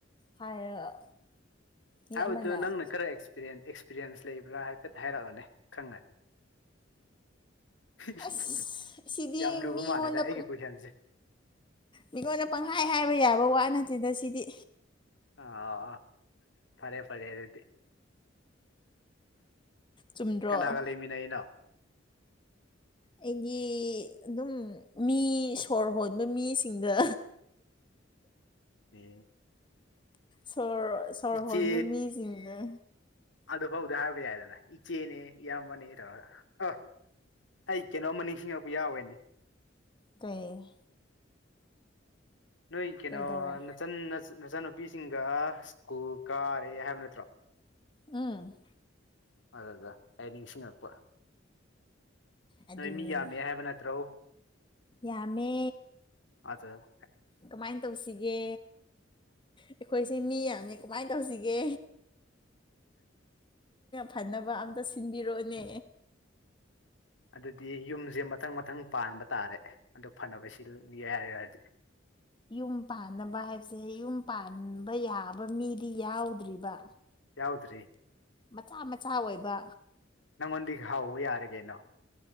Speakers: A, on the left; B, on the left.
A: ꯍꯥꯏꯔꯒ ꯃꯤ
B: ꯍꯥꯏꯕꯗꯨꯣ
A: ꯑꯃꯅ
B: ꯅꯪꯅ ꯈꯔ ꯑꯦ ꯑꯦꯛꯁꯄꯤꯔꯤꯌꯦꯦꯟꯁ ꯂꯩꯕ꯭ꯔꯥ ꯍꯥꯏꯐꯦꯠ ꯍꯥꯏꯔꯛꯑꯣꯅꯦ ꯈꯪꯉꯗꯤ <unintelligible>
A: ꯑꯁ
B: <inaudible>
A: ꯁꯤꯗꯤ
B: ꯌꯥꯝ ꯂꯨꯕ
A: ꯃꯤꯉꯣꯟꯗ
B: ꯃꯥꯜꯂꯦꯗ ꯑꯩꯒꯤ ꯀꯣꯏꯁꯟꯁꯦ
A: ꯃꯤꯉꯣꯟꯗ ꯄꯪꯈꯥꯏ ꯍꯥꯏꯕ ꯌꯥꯕ ꯋꯥ ꯅꯠꯇꯦꯗ ꯁꯤꯗꯤ
B: ꯑ ꯑ ꯐꯔꯦ ꯐꯔꯦ ꯍꯥꯏ ꯑꯗꯨꯗꯤ
A: ꯆꯨꯝꯗ꯭ꯔꯣ
B: ꯀꯅꯥꯒ ꯂꯩꯃꯤꯟꯅꯅꯣ
A: ꯑꯩꯒꯤ ꯑꯗꯨꯝ ꯃꯤ ꯁꯣꯔ ꯍꯣꯟꯕ ꯃꯤꯁꯤꯡꯗ
B: ꯎꯝ
A: ꯁꯣꯔ ꯁꯣꯔ
B: ꯏꯆꯦ
A: ꯍꯣꯟꯕ ꯃꯤꯁꯤꯡꯅ
B: ꯑꯗꯨꯐꯥꯎꯗ ꯍꯥꯏꯕ ꯌꯥꯏꯗꯅ ꯏꯆꯦꯅꯤ ꯏꯌꯥꯝꯕꯅꯤ ꯇꯧꯔꯒ ꯑ ꯑꯩ ꯀꯩꯅꯣꯝꯃ ꯅꯤꯡꯁꯤꯡꯉꯛꯄ ꯌꯥꯎꯋꯦꯅꯦ
A: ꯇ <unintelligible> <inaudible>
B: ꯅꯣꯏ ꯀꯩꯅꯣ
A: ꯀꯩꯗꯧꯔꯦ
B: ꯅꯆ ꯅꯆ ꯅꯨꯄꯤꯁꯤꯡꯒ ꯁ꯭ꯀꯨ ꯀꯥꯔꯦ ꯍꯥꯏꯕ ꯅꯠꯇ꯭ꯔꯣ
A: ꯑꯝ
B: ꯑꯗꯨꯗ ꯑꯩ ꯅꯤꯡꯁꯤꯡꯉꯛꯄ
A: ꯑꯗꯨꯅꯤꯅꯦ
B: ꯅꯣꯏ ꯃꯤ ꯌꯥꯝꯃꯦ ꯍꯥꯏꯕ ꯅꯠꯇ꯭ꯔꯣ
A: ꯌꯥꯝꯃꯦ
B: ꯑꯆꯥꯆꯥ
A: ꯀꯃꯥꯏꯅ ꯇꯧꯁꯤꯒꯦ ꯑꯩꯈꯣꯏꯁꯦ ꯃꯤ ꯌꯥꯝꯃꯤ ꯀꯃꯥꯏꯅ ꯇꯧꯁꯤꯒꯦ ꯍꯥꯏꯅꯕ ꯑꯝꯇ ꯁꯤꯟꯕꯤꯔꯛꯑꯣꯅꯦ
B: ꯑꯗꯨꯗꯤ ꯌꯨꯝꯁꯦ ꯃꯊꯪ ꯃꯊꯪ ꯄꯥꯟꯕ ꯇꯥꯔꯦ ꯑꯗꯨ ꯐꯅꯕ ꯁꯤꯜꯒꯦ ꯍꯥꯏꯔꯛꯗꯤ
A: ꯌꯨꯝ ꯄꯥꯟꯅꯕ ꯍꯥꯏꯕꯁꯦ ꯌꯨꯝ ꯄꯥꯟꯕ ꯌꯥꯕ ꯃꯤꯗꯤ ꯌꯥꯎꯗ꯭ꯔꯤꯕ
B: ꯌꯥꯎꯗ꯭ꯔꯤ
A: ꯃꯆꯥ ꯃꯆꯥ ꯑꯣꯏꯕ
B: ꯅꯪꯉꯣꯟꯗꯤ ꯍꯥꯎꯕ ꯌꯥꯔꯒꯦꯅꯣ